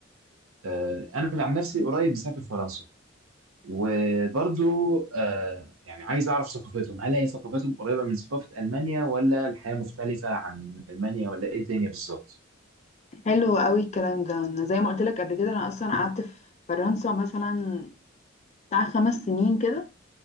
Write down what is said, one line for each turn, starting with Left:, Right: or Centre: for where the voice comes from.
Right: آه انا عن نفسي قريب مسافر فرنسا وبرضو آه يعني عايز اعرف ثقافتهم هل هي ثقافتهم قريبه من ثقافه المانيا ولا الحياه مختلفه عن المانيا ولا ايه الدنيا بالظبط
Left: حلو قوي الكلام ده انا زي ما قلت لك قبل كده انا اصلا قعدت في فرنسا مثلا بتاع خمس سنين كده